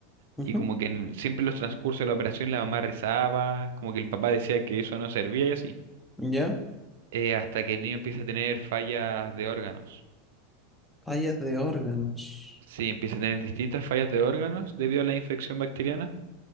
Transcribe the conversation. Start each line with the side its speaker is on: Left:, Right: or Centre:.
Centre: ujú,
Right: Y como que en- siempre en los transcurso de la operación la mamá rezaba, como que el papá decía que eso no servía y así.
Centre: ya,
Right: Eh, hasta que el niño empieza a tener fallas de órganos.
Centre: fallas de órganos,
Right: Sí, empieza a tener distintas fallas de órganos debido a la infección bacteriana.